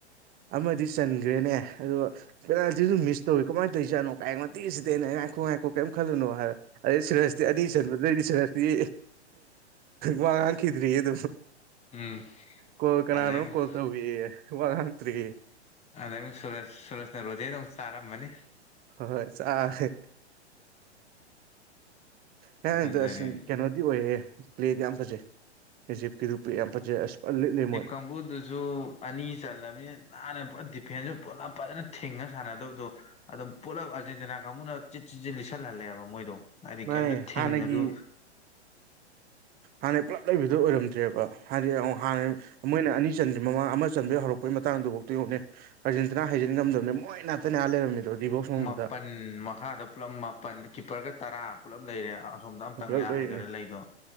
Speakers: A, on the right; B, on the left.
A: ꯑꯃꯗꯤ ꯆꯟꯈ꯭ꯔꯦꯅꯦ ꯑꯗꯣ ꯄꯦꯅꯥꯜꯇꯤꯁꯨ ꯃꯤꯁ ꯇꯧꯏ ꯀꯃꯥꯏꯅ ꯇꯧꯔꯤꯖꯠꯅꯣ ꯀꯥꯏ ꯃꯇꯇꯦꯁꯤꯗ ꯑꯩꯅ ꯑꯩ ꯉꯥꯏꯈꯣꯛ ꯉꯥꯏꯈꯣꯛ ꯀꯔꯤꯝ ꯈꯜꯂꯅꯣ ꯍꯥꯏꯕ ꯑꯩ ꯁꯨꯔꯁꯇꯤ ꯑꯅꯤ ꯆꯟꯕꯗꯩꯗꯤ ꯁꯨꯔꯁꯇꯤ ꯋꯥ ꯉꯥꯡꯈꯤꯗ꯭ꯔꯤ ꯑꯗꯨꯝ
B: ꯎꯝ
A: ꯀꯣꯣꯏ ꯀꯅꯥꯅꯨ
B: ꯑꯗꯩ ꯑꯃꯨꯛ
A: ꯀꯣꯜꯠꯇ ꯋꯥꯥꯟꯇꯔꯤ
B: ꯑꯗ ꯁꯨꯔꯁ ꯁꯨꯔꯁꯅ ꯔꯣꯖꯦ ꯅꯧ ꯑꯔꯝꯃꯅꯤ
A: ꯍꯣꯏ ꯆꯥꯦ ꯍ
B: ꯐꯖꯔꯦ
A: ꯑꯁ ꯀꯩꯅꯣꯗꯤ ꯑꯣꯏꯌꯦꯦ ꯄ꯭ꯂꯦꯗꯤ ꯌꯥꯝ ꯐꯖꯩꯨꯖꯤꯛ ꯀꯤꯔꯄꯤꯤ ꯌꯥꯝ ꯐꯖꯩ ꯑꯁ ꯂꯤꯠꯂꯤꯦ ꯃꯣꯏ
B: <unintelligible> ꯁꯨ ꯑꯅꯤ ꯆꯜꯂꯕꯅꯤꯅ ꯅꯥꯟꯅ ꯄꯨꯔꯥ ꯗꯤꯐꯦꯟꯁꯁꯨ ꯄꯨꯂꯞ ꯐꯖꯅ ꯊꯤꯡꯉ ꯁꯥꯟꯅꯗꯕꯗꯣ ꯑꯗꯨꯝ ꯄꯨꯜꯂꯞ ꯑꯔꯖꯦꯟꯇꯤꯅꯥ ꯀꯥꯡꯕꯨꯅ ꯆꯤꯠ ꯆꯠꯠ ꯂꯤꯁꯤꯜꯍꯜꯂꯦꯕ ꯃꯣꯏꯗꯣ ꯍꯥꯏꯗꯤ
A: ꯃꯥꯅꯦ
B: ꯀꯩꯝꯇ ꯊꯤꯡꯉꯁꯨ
A: ꯍꯥꯟꯅꯒꯤ ꯍꯥꯟꯅꯩ ꯄꯨꯜꯂꯞ ꯂꯩꯕꯗꯨꯣ ꯑꯣꯏꯔꯝꯗ꯭ꯔꯦꯕ ꯍꯥꯏꯗꯤ ꯍꯥꯟꯅ ꯃꯣꯏꯅ ꯑꯅꯤ ꯆꯟꯗ꯭ꯔꯤ ꯃꯃꯥ ꯑꯃ ꯆꯟꯕꯩ ꯍꯧꯔꯛꯄ ꯃꯇꯥꯡꯗꯨꯐꯥꯎꯗ ꯌꯣꯛꯅꯦ ꯑꯔꯖꯦꯟꯇꯤꯅꯥ ꯍꯥꯏꯖꯤꯟ ꯉꯝꯗꯕꯅꯦ ꯃꯣꯏ ꯅꯥꯠꯇꯅꯤ ꯑꯥ ꯂꯩꯔꯝꯃꯤꯗꯣ ꯗꯤꯕꯣꯛ ꯃꯅꯨꯡꯗꯨꯗ
B: ꯃꯥꯄꯟ ꯃꯈꯥꯗ ꯄꯨꯜꯂꯞ ꯃꯥꯄꯟ ꯀꯤꯞꯄꯔꯒ ꯇꯔꯥ ꯄꯨꯜꯂꯞ ꯂꯩꯔꯦ ꯑꯥ ꯁꯣꯝꯗ ꯑꯝꯇꯪꯉꯦ
A: ꯄꯨꯂꯞ
B: ꯑꯥ
A: ꯂꯩꯔꯤꯅꯦ
B: ꯍꯥꯏꯒꯠꯂ ꯂꯩꯗꯣ